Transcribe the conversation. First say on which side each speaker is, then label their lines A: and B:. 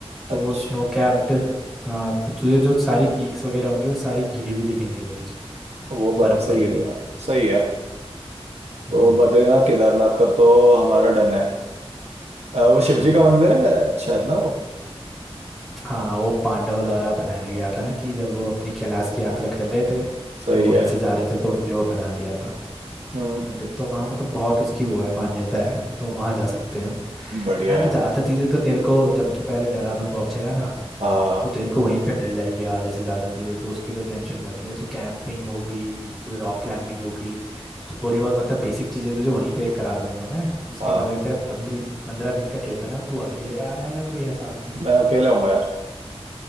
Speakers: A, in the centre; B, on the right.
A: तो
B: अच्छा
A: स्नो कैप्ड हाँ तो तुझे जो सारी पीक्स वगैरह होंगी वो सारी घिरी हुई दिखेंगी वो तुझे
B: वो बर्फ
A: बर्फ
B: से
A: पड़ी
B: ही गिरेगा
A: हुई
B: सही है
A: हम्म
B: तो बद्रीनाथ केदारनाथ का तो हमारा डन है अ, वो शिव
A: जी
B: जी का मंदिर है शायद ना वो
A: हाँ वो पांडवों द्वारा बनाया गया था ना कि जब वो अपनी कैलाश की यात्रा कर रहे थे
B: सही
A: तो वहीं
B: है
A: से जा रहे थे तो उनने वो बना दिया था
B: हम्म
A: मंदिर तो हाँ मतलब बहुत उसकी वो है मान्यता है तो वहाँ जा सकते हैं हम
B: बढ़िया
A: एंड
B: है
A: ज्यादा चीजें तो तेरे को जब तू पहले देहरादून पहुंचेगा ना
B: हाँ
A: तो तेरे को वहीं पे मिल जाएंगी आधे से ज्यादा चीजें तो उसकी तो टेंशन मत ले तू कैंपिंग होगी तू रॉक क्लाइंबिंग होगी थोड़ी बहुत मतलब बेसिक चीजें तुझे वहीं पे करा दूंगा मैं उसके
B: हाँ
A: बाद अगर तेरा पंद्रह पंद्रह दिन का ट्रिप है ना तू अकेले आ रहा है या कोई है साथ में
B: मैं अकेला हूँ यार